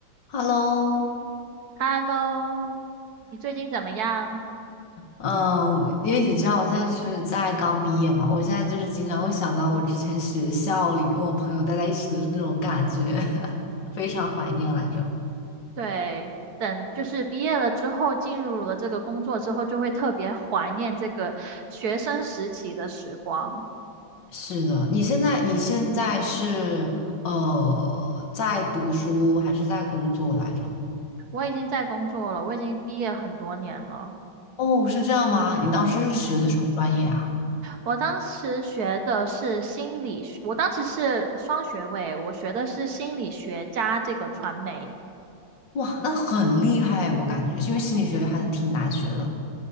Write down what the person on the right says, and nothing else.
Hello，你最近怎么样？
对，等就是毕业了之后，进入了这个工作之后，就会特别怀念这个学生时期的时光。
我已经在工作了，我已经毕业很多年了。
嗯，我当时学的是心理学，我当时是双学位，我学的是心理学加这个传媒。